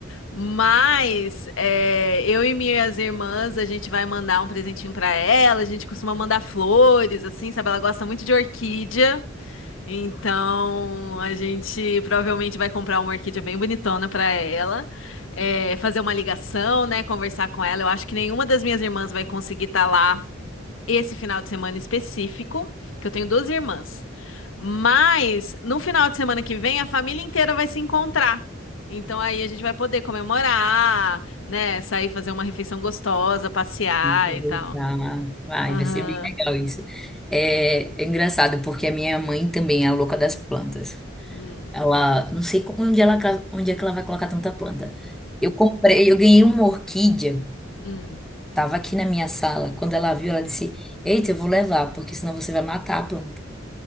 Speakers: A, on the left; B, in the centre.
A: Mas é, eu e minhas irmãs, a gente vai mandar um presentinho pra ela. A gente costuma mandar flores, assim, sabe? Ela gosta muito de orquídea. Então a gente provavelmente vai comprar uma orquídea bem bonitona pra ela, é, fazer uma ligação, né? Conversar com ela. Eu acho que nenhuma das minhas irmãs vai conseguir estar lá esse final de semana específico, que eu tenho duas irmãs. Mas no final de semana que vem a família inteira vai se encontrar. Então aí a gente vai poder comemorar, né? Sair fazer uma refeição gostosa, passear
B: aproveitar.
A: e tal.
B: Vai,
A: Aham.
B: vai ser bem legal isso. É, é engraçado porque a minha mãe também é a louca das plantas.
A: Hum,
B: Ela, não sei como- onde ela, ca- onde é que ela vai colocar tanta planta. Eu comprei, eu ganhei uma orquídea.
A: hum,
B: Tava aqui na minha sala. Quando ela viu,
A: uhum.
B: ela disse: Eita, eu vou levar, porque senão você vai matar a planta.